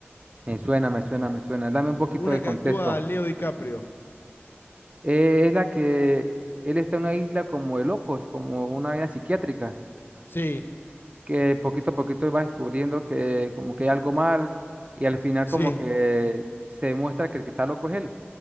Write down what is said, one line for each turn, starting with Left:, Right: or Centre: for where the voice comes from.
Right: Me suena, me suena, me suena. Dame un poquito
Left: Una
Right: de contexto.
Left: que actúa Leo DiCaprio.
Right: Eh, es la que él está en una isla como de locos, como una isla psiquiátrica.
Left: Sí,
Right: que poquito a poquito va descubriendo que como que hay algo mal y al final
Left: sí,
Right: como que se demuestra que el que está loco es él.